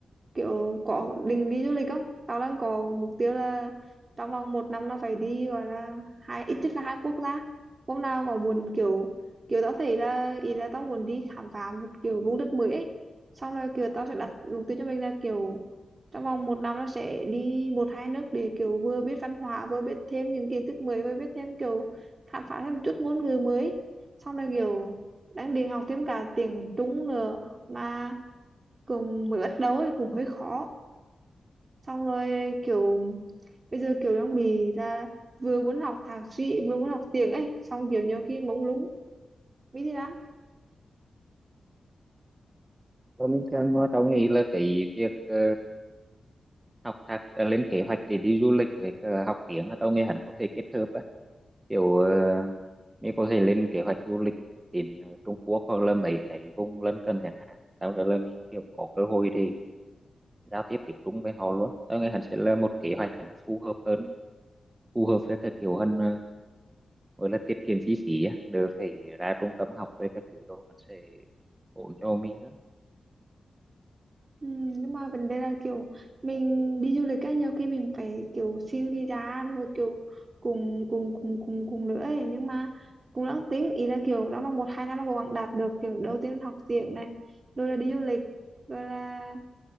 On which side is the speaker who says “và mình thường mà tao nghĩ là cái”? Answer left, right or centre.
Right